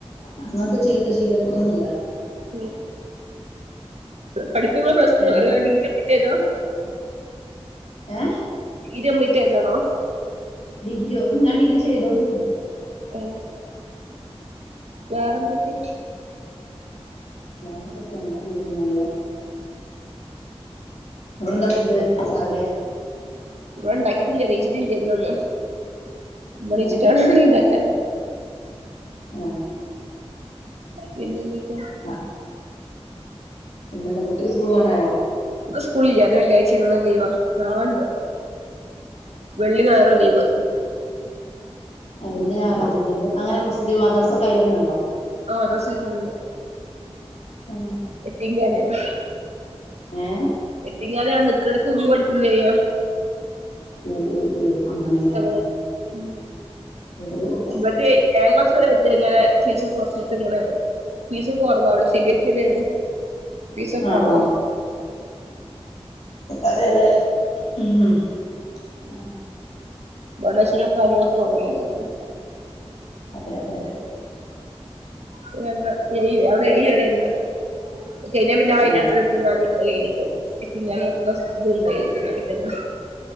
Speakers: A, on the left; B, on the right.
A: അങ്ങത്തെ ചീത്ത ശീലങ്ങളൊന്നുല്ല
B: ഉം പഠിപ്പിക്കണത് പ്ലസ് ടു
A: ഏഹ്
B: വ അതോ. ഡിഗ്രി <unintelligible>
A: ഏയ്
B: <unintelligible> കംപ്ലീറ്റായതാണോ?
A: ഡിഗ്രിയോ ഉം ഞാൻ ഡിഗ്രി ചെയ്തോണ്ട് നിക്ക്ണ്ട്പ്പോ
B: ഏയ് വേറെന്തൊക്കെയാ?
A: വേറെന്തൊക്കെ അങ്ങനെ പോണു നല്ലേ അവടെന്താ ഫുഡ് രാവിലെ?
B: ഇവടെ ഇണ്ടാക്കിട്ടില്ല നീയിച്ചിട്ടില്ല ഇന്നൊന്നും ഇമ്മ നിച്ചിട്ടാണ്
A: ഏഹ്
B: ഇനി ഇണ്ടാക്കാന്
A: ആഹ്
B: പിന്നെ എന്തൊക്കെയാ?
A: ആഹ് പിന്നെന്താ കുട്ടിക്ക് സ്കൂള് പോവാനായോ?
B: ഇന്ന് സ്കൂളില്ല ഇന്ന് വെള്ളിയാഴ്ച ഇന്ന് ലീവാ നാളെ ഇണ്ട് വെള്ളിം ഞയറുവാ ലീവ്
A: ആ <unintelligible> അങ്ങനെ മുസ്ലീം മദ്രസ ഒക്കെ അയിലന്നെ ഇണ്ടോ?
B: ആഹ് <unintelligible>
A: ആഹ്
B: യത്തീംഖാനേണ്
A: ഏഹ്
B: യത്തീംഖാന അവടെ നിക്കടക്ക് നിന്ന്
A: ഓഹ് ഓഹ് ഓഹ് അങ്ങനെല്ലേ
B: <unintelligible> ഉം
A: ഓ
B: ഇമ്പടെയ് <unintelligible> ഇങ്ങലെ ഫീസ് കൊറച്ചിട്ട് ഇങ്ങനെ ഫീസ് കൊറവാണ് സിബിഎസ്ഇ തന്നെയാണ് ഫീസ് കൊറവാ
A: ആഹ് ആഹ് അതേല്ലേ ഉം ആഹ്
B: ഡൊണേഷ്യയ കാര്യങ്ങളൊക്കെ ഓർമയുണ്ടായിരുന്നു
A: അതെ അതെ അതെ
B: പിന്നെ അങ്ങനെ ഏയ് അവിടെ വരെയുണ്ട് അത് കഴിഞ്ഞ പിന്നെ അതിന്
A: ഏഹ്
B: അനുസരിച്ച് യതീങ്ങാഞ്ഞി അത് കഴിഞ്ഞിട്ട് യതീംഖാന നൊക്ക്ണെസ്കൂൾ ഇണ്ടായിരുന്ന ആയിതെന്നെ